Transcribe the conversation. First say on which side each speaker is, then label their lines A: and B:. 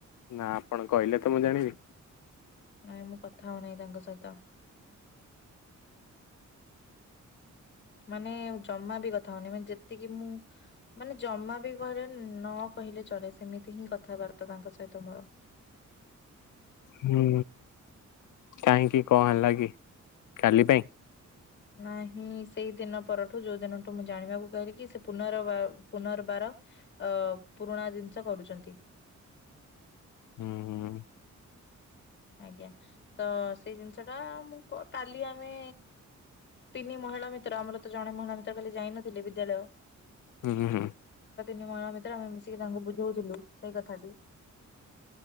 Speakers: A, on the left; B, on the left.
A: ନା ଆପଣ କହିଲେ ତ ମୁଁ ଜାଣିବି
B: ନାଇଁ ମୁଁ କଥା ହଉନାହିଁ ତାଙ୍କ ସହିତ ମାନେ ଜମା ବି କଥା ହଉନି ମାନେ ଯେତିକି ମୁଁ ମାନେ ଜମା ବି ଘରେ ନ କହିଲେ ଚଳେେ ସେମିତି ହିଁ କଥାବାର୍ତ୍ତା ତାଙ୍କ ସହିତ ମୋର
A: ହୁଁ କାହିଁକି କଣ ହେଲା କି କାଲି ପାଇଁ
B: ନାହିଁ ସେଇ ଦିନ ପରଠୁ ଯୋଉ ଦିନଠୁ ମୁଁ ଜାଣିବାକୁ କହିଲି କି ସେ ପୁନର୍ବାର ପୁନର୍ବାର ଅ ପୁରୁଣା ଜିନିଷ କରୁଛନ୍ତି
A: ହୁଁ
B: ଆଜ୍ଞା ତ ସେଇ ଜିନିଷ ଟା ମୁ କାଲି ଆମେ ପିନି ମ ମହିଳା ମିତ୍ର ଆମର ତ ଜଣେ ମହିଳା ମିତ୍ର ଖାଲି ଯାଇନଥିଲେ ବିଦ୍ୟାଳୟ
A: ହୁଁ ହୁଁ
B: ମ ଭିତରେ ଆମେ ମିଶିକି ତାଙ୍କୁ ବୁଝଉଥିଲୁ ସେଇ କଥାଟି